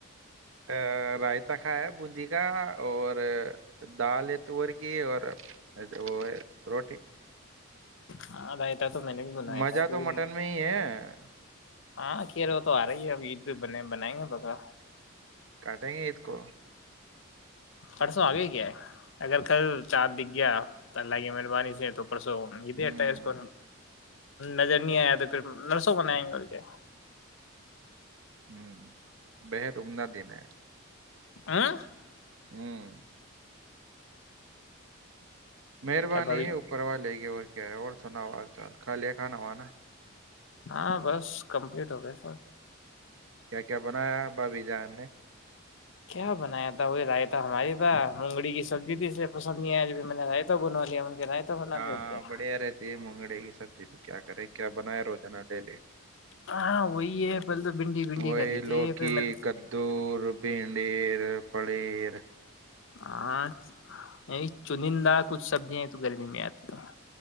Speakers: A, on the right; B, on the left.
A: ا رائتا کھایا بندی کا اور دال ہے تور کی اور وہ ہے روٹی
B: ہاںگائے تو میں نے بھی بنایا
A: مزہ
B: تھا کیکہ
A: تو مٹن میں ہی ہے
B: ہاں وہ تو آ رہای ہے اب عید پہ بنے بنائیں گے بکا
A: بیٹیں گے عید کو
B: پرسوں آگے کیا ہے اگر کل چارد دکھ گیا تو اللہ کی مہربانی سے تو اڑسوٹاس
A: ہوں
B: کو نظر نہیں آیا تو پھر نرسوں کونئیں گے اور کیا
A: ہوں بےحد عمدہ دن ہے
B: ہاں
A: ہوں مہربانی
B: کیا بھابھی
A: ہے اوپروا لے کے اور کیا اور سنا ہوا چان کا لے کھانا ہو نا
B: ہاں بس کمپلیٹ ہو گئے سب
A: کیا کیا بنایا بھابی جان نے
B: کیا بنایا تھا وہی رائےتا ہماری تھا مگڑی کی سبزی تھی اس لیے س نہیںجب میں نے رائے تو بنو لیا م گ نہیںائے تو بنا
A: ہاں
B: د اٹ کیا
A: بڑھیا رہتی ہے مونگڑے کی سبزی کیا کرے کیا بنائے روزانہ ڈیلی
B: ہاں وہی ہے پہلے تو بھنڈی بھنڈی
A: وہی
B: کری
A: لوکی
B: تھی پھر
A: کدور بین پلییر پلییر
B: ابہار کی اوج عا رہی ہے چنندہ کچھ سبزیاں تو گرمی میں آتی ہیں